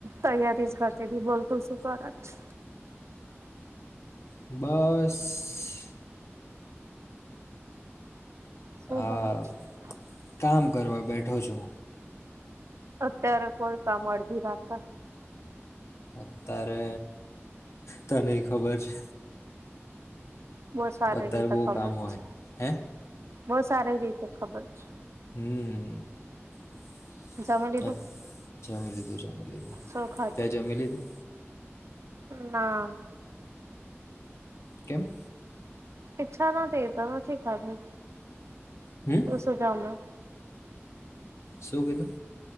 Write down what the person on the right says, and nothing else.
તૈયારી જ કરતી <unintelligible> બોલતું શું કરત.
<unintelligible>
અત્યારે કોઈ કામ અડધી રાત્રે
બસ સારે
<unintelligible>
ખબર
બહુ સારી રીતે ખબર.
જમી લીધું?
શું ખાધું?
ના.
પીછા ના તેરતા ના છેે,
<unintelligible> <unintelligible> સુંચામાં.